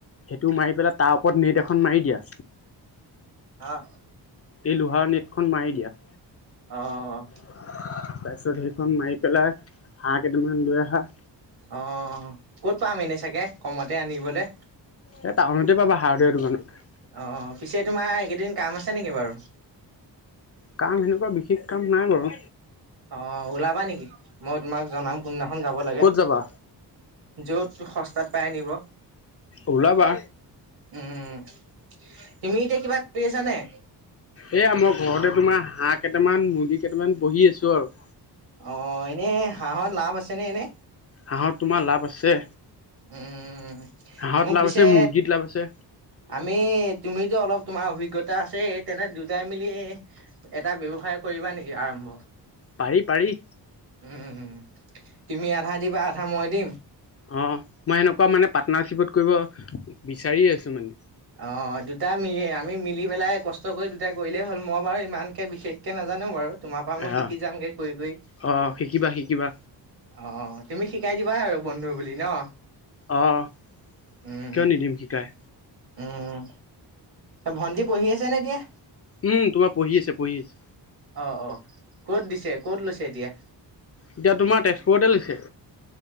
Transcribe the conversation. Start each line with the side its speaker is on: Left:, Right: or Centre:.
Left: সেইটো মাৰি পেলাই তাৰ ওপৰত নেট এখন মাৰি দিয়া।
Right: অ'।
Left: এই লোহাৰ নেটখন মাৰি দিয়া।
Right: অ', অ'।
Left: তাৰপিছত সেইখন মাৰি পেলাই হাঁহ কেইটামান লৈ আহা।
Right: অ', ক'ত পাম এনে চাগে কমতে আনিবলৈ?
Left: এ', টাউনতে পাবা হাৰ্ডৱেৰ দোকানত।
Right: অ', পিছে তোমাৰ এইকেইদিন কাম আছে নেকি বাৰু?
Left: কাম তেনেকুৱা বিশেষ কাম নাই বাৰু
Right: অ', ওলাবা নেকি মই তোমাক জনাম কোনদিনাখন যাব লাগে?
Left: ক'ত যাবা
Right: য'ত সস্তাত পাই নিব!
Left: ওলাবা
Right: উম, তুমি এতিয়া কিবা কৰি আছানে?
Left: এইয়া মই ঘৰতে তোমাৰ, হাঁহ কেইটামান, মুৰ্গী কেইটামান, পুহি আছোঁ আৰু।
Right: অ', এনেই হাঁহত লাভ আছে নে, এনে?
Left: হাঁহত, তোমাৰ লাভ আছে।
Right: উম,
Left: হাঁহত
Right: মোক
Left: লাভ
Right: পিছে
Left: আছে মুৰ্গীত লাভ আছে
Right: আমি, তুমিতো অলপ তোমাৰ অভিজ্ঞতা আছে, তেনে দুটাই মিলি এটা ব্যৱসায় কৰিবা নেকি, আৰম্ভ।
Left: পাৰি, পাৰি।
Right: উম, তুমি আধা দিবা, আধা মই দিম।
Left: অ', মই এনেকুৱা মানে, পাৰ্টনাৰশ্বিপত কৰিব বিচাৰি আছোঁ মানে।
Right: অ', দুটা মিলি আমি, মিলি পেলাই কষ্ট কৰি দুটা কৰিলেই হ'ল, মই বাৰু ইমানকে বিশেষকে নাজানো বাৰু। তোমাৰ পৰা মই,
Left: আহ
Right: শিকি যামগে কৰি, কৰি।
Left: অ শিকিবা শিকিবা
Right: অ', তুমি শিকাই দিবা আৰু, বন্ধু বুলি ন।
Left: অ',
Right: উম,
Left: কিয়, নিদিম শিকায়।
Right: উম, ভণ্টি, পঢ়ি আছে নে এতিয়া?
Left: উম, তোমাৰ পঢ়ি আছে, পঢ়ি আছে।
Right: অ', অ', ক'ত দিছে, ক'ত লৈছে এতিয়া?
Left: এতিয়া, তোমাৰ তেজপুৰতে লৈছে।